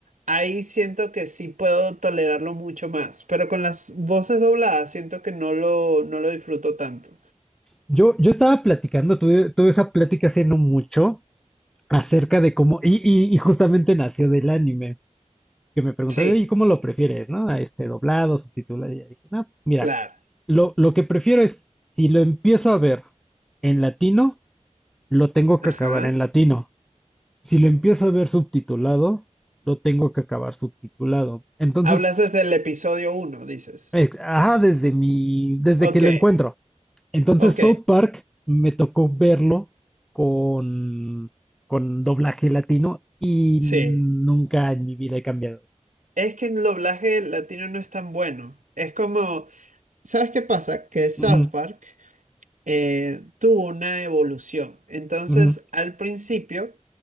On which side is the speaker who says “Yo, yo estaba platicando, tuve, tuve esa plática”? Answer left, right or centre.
Centre